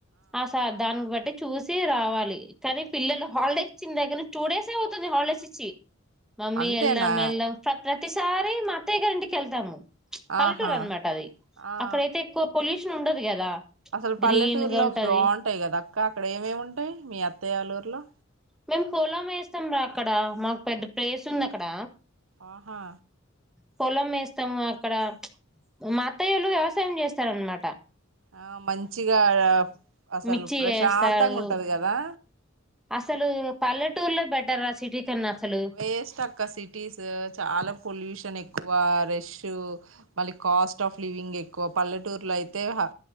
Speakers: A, in the centre; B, on the right.
A: ఆ సా దానికి బట్టి చూసి రావాలి కానీ పిల్లలు హాలిడేస్ ఇచ్చిన్ దగ్గర నుంచి టూ డేస్ ఎ అవు <unintelligible> హాలిడేస్ ఇచ్చి మమ్మీ
B: అంతేనా
A: ఏల్దాం ఏల్దాం ప్రతిసారి మా అత్తయ్య గారి ఇంటికికెళ్తాము పల్లెటూరు
B: ఆహా
A: అనమాట అది
B: ఆ
A: అక్కడైతే ఎక్కువ పొల్యూష్ ఉండదు కదా
B: అసలు పల్లెటూరులో
A: గ్రీన్ గా ఉంటది
B: బాంటాయి కదా అక్క అక్కడ ఏమేమింటాయి మీ అత్తయ్య వాళ్ళ ఊరిలో
A: మేము పోలం వేస్తాం రా అక్కడ మాకు పెద్ద ప్లేస్ ఉంది అక్కడ
B: ఆహా
A: పొలం వేస్తాము అక్కడ మా అత్తయోలు వ్యవసాయం చేస్తారు అనమాట
B: ఆ మంచిగా అసలు
A: మిర్చి
B: ప్రశాంతంగా
A: వేస్తారు
B: ఉంటది కదా
A: అసలు పల్లెటూర్లో బెటర్ రా సిటీ కన్నా అసలు
B: వేస్ట్ అక్క సిటీస్ చాలా పొల్యూషన్ ఎ ఎక్కువ రష్ మళ్ళీ కాస్ట్ ఆఫ్ లివింగ్ ఎక్కువ పల్లెటూర్లో అయితే హ